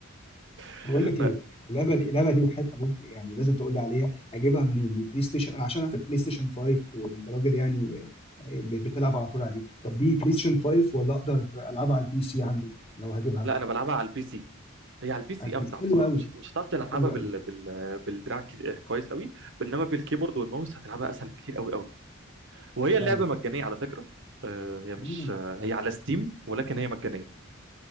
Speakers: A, on the right; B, on the left.
A: <laughs>
B: بقول لك
A: ف
B: ايه اللعبه دي اللعبه دي وحياه ابوك يعني لازم تقول لي عليها اجيبها منين دي بلاي ستيشن انا عشان عارف بلاي ستيشن 5 وانت راجل يعني آه، بتلعب على طول عليه طب دي بلاي ستيشن 5 ولا اقدر العبها على البي سي عندي لو هجيبها
A: لا انا بلعبها على البي سي هي على البي سي
B: على البي
A: امتع
B: حلو
A: بصراحه
B: قوي
A: مش مش هتعرف تلعبها
B: حلو قوي
A: بال بال بالدراع كي- آه، كويس قوي انما بالكيبورد والماوس هتلعبها اسهل بكتير قوي قوي وهي اللعبه
B: فعلا
A: مجانيه على فكره آه، هي
B: مم.
A: مش آه، هي على ستيم ولكن هي مجانيه